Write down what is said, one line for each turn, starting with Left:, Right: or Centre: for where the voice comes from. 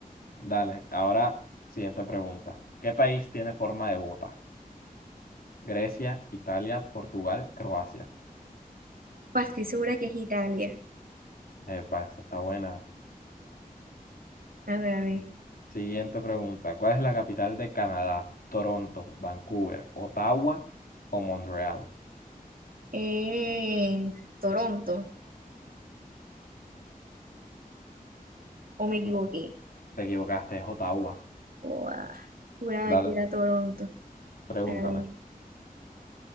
Left: Dale, ahora siguiente pregunta. ¿Qué país tiene forma de bota? Grecia, Italia, Portugal, Croacia.
Right: Pues estoy segura que es Italia.
Left: Epa, esa está buena.
Right: A ver, a ver.
Left: Siguiente pregunta. ¿Cuál es la capital de Canadá? Toronto, Vancouver, Ottawa o Montreal.
Right: Eh, Toronto. ¿O me equivoqué?
Left: No, te equivocaste, es Ottawa.
Right: Buah, juraba
Left: Dale,
Right: que era Toronto.
Left: Pregúntame.
Right: A ver.